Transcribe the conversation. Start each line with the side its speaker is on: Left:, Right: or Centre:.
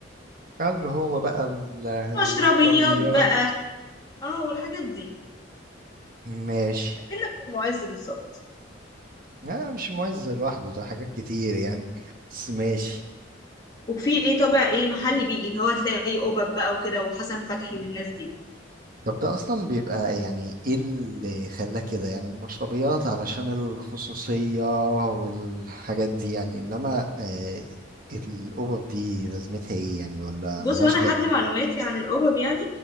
Right: هل هو بقى المشربيات
Left: مشربيات بقى اه والحاجات دي
Right: ماشي
Left: اكنك في المعز بالظبط
Right: لا مش المعز لوحده ده حاجات كتير يعني بس ماشي
Left: وفي ايه طابع ايه محلي بيئي اللي هو تلاقي قبب بقى وكده وحسن فتحي والناس دي
Right: طب ده اصلا بيبقى يعني ايه اللي خلاه كده يعني المشربيات علشان الخصوصية والحاجات دي يعني انما آه الأوبب دي لازمتها ايه يعني ولا
Left: بص
Right: ملهاش
Left: وانا
Right: لازمة
Left: حد معلوماتي عن القبب يعني